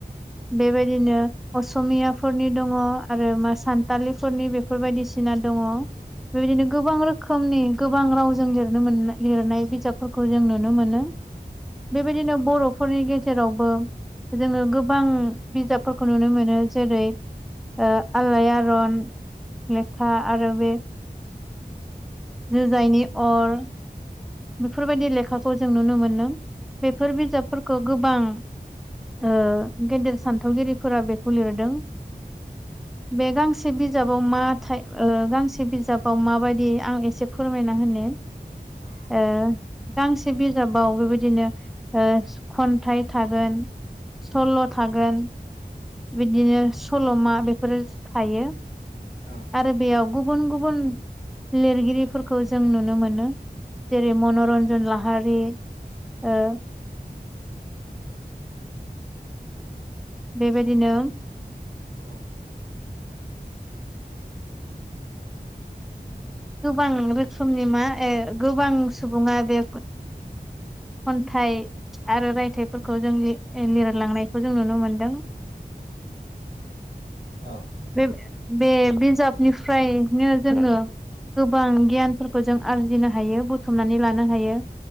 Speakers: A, in the centre; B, on the left (about 80°).
A: बेबायदिनो असमियाफोरनि दङ आरो मा सानथालिफोरनि बेफोर बायदिसिना दङ। बेबायदिनो गोबां रोखोम रो खोमनि गोबां रावजों लिरनो मोन लिरनाय बिजाबफोरखौ जों नुनो मोनो। बेबायदिनो बर'फोरनि गेजेरावबो जोङो गोबां बिजाबफोरखौ नुनो मोनो जेरै ओ आलायारन लेखा आरो बे जुजाइनि अर बेफोरबायदि लेखाखौ जों नुनो मोनदों बेफोर बिजाब फोरखौ गोबां ओ गेदेर सान्थौगिरिफोरा बे खौ लिरदों। बे गांसे बिजाबाव मा ओ गांसे बिजाबाव माबायदि आं एसे फोरमायना होनो।
B: औ
A: ओ गांसे बिजाबाव बेबायदिनो ओ खन्थाइ थागोन। सल' थागोन। बिदिनो सल'मा बेफोरो थायो।
B: औ
A: आरो बेयाव गुबुन गुबुन लिरगिरिफोरखौ जों नुनो मोनो। जेरै मनरन्जन लाहारि ओ बेबायदिनो
B: औ
A: गोबां रोखोमनि मा ए गोबां सुबुङा बे खन्थाइ आरो रायथाइफोरखौ जों लिरलांनायखौ जों नुनो मोनदों।
B: औ
A: बे बे बिजाबनिफ्रायनो जोङो गोबां गियानफोरखौ जों आरजिनो हायो बुथुमनानै लानो हायो।